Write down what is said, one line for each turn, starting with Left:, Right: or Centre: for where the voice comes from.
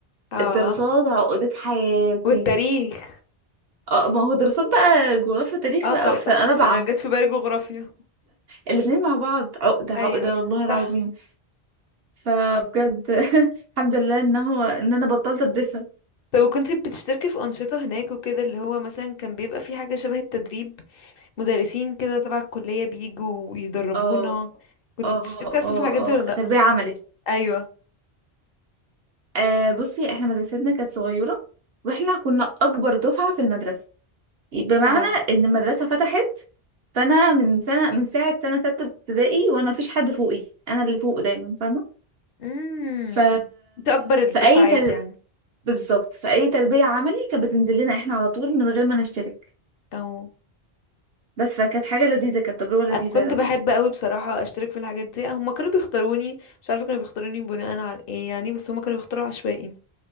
Left: اه
Right: الدراسات عقدة حياتي
Left: والتاريخ
Right: اه ما هو دراسات بقى جغرافيا تاريخ
Left: اه
Right: بقى
Left: صح
Right: في
Left: صح
Right: سنه رابعه
Left: انا جت في بالي جغرافيا
Right: الاتنين مع بعض عقده عقده
Left: ايوه
Right: والله العظيم
Left: صح
Right: فبجد <laughs> الحمد لله ان هو ان انا بطلت ادرسها
Left: طب وكنتي بتشتركي في أنشطة هناك وكده اللي هو مثلا كان بيبقى في حاجة شبه التدريب مدرسين كده تبع الكلية بيجوا ويدربونا
Right: اه
Left: كنت
Right: اه
Left: بتشتركي أصلا
Right: اه
Left: في الحاجات دي ولا
Right: اه
Left: لأ؟
Right: تربية عملي
Left: أيوه
Right: آه بصي احنا مدرستنا كانت صغيرة واحنا كنا اكبر دفعة في المدرسة بمعنى
Left: اه
Right: ان المدرسة فتحت فانا من سنة من ساعة سنة ستة ابتدائي وانا مفيش حد فوقي انا اللي فوق دايما فاهمة
Left: امم
Right: ف
Left: انت أكبر الدفعات
Right: في اي تر...
Left: يعني
Right: بالظبط في اي تربية عملي كانت بتنزل لنا احنا على طول من غير ما نشترك
Left: اه
Right: بس فكانت حاجة لذيذة كانت تجربة لذيذة
Left: أنا كنت بحب قوي بصراحة أشترك في الحاجات دي هما كانوا بيختاروني مش عارفة كانوا بيختاروني بناء على ايه يعني بس هما كانوا بيختاروا عشوائي